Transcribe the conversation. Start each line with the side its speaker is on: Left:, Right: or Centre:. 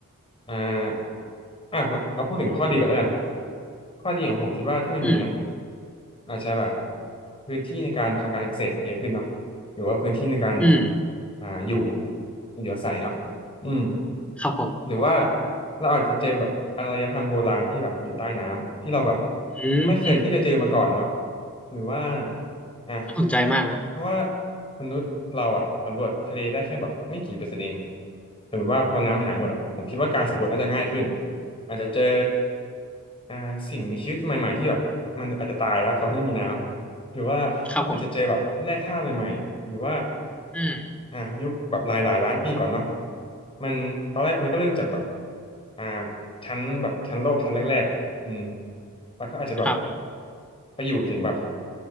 Left: อ่าอ่ะผมเอาพูดถึงข้อดีก่อนแล้วกันข้อดีของผมคิดว่าที่มันมีนะ
Centre: อืม
Left: อาจจะแบบพื้นที่ในการทำการเกษตรเยอะขึ้นเนาะหรือว่าพื้นที่ในการ
Centre: อืม
Left: อ่าอยู่อยู่อาศัยเนาะ อืม
Centre: ครับผม
Left: หรือว่าเราอาจจะเจอแบบอารยธรรมโบราณที่แบบอยู่ใต้น้ำที่เราแบบ
Centre: อืม
Left: ไม่เคยที่จะเจอมาก่อนเนาะหรือว่าอ่ะ
Centre: น่าสนใจมากนะ
Left: เพราะว่ามนุษย์เราอะสำรวจทะเลได้แค่แบบไม่กี่เปอร์เซ็นต์เองสมมติว่าพอน้ำหายหมดอะผมคิดว่าการสำรวจน่าจะง่ายขึ้นอาจจะเจออ่าสิ่งมีชีวิตใหม่ๆที่แบบมันอาจจะตายแล้วเพราะไม่มีน้ำ หรือว่าอาจจะเจอแบบแร่ธาตุใหม่ๆหรือว่า
Centre: ครับผมอืม
Left: อ่ะยุคแบบหลายหลายล้านปีก่อนเนาะมันตอนแรกมันก็เริ่มจากแบบอ่าชั้นแบบชั้นโลกชั้นแรกๆอ่ะอืมแล้วก็อาจจะแบบ
Centre: ครับ
Left: ไปอยู่ถึงแบบ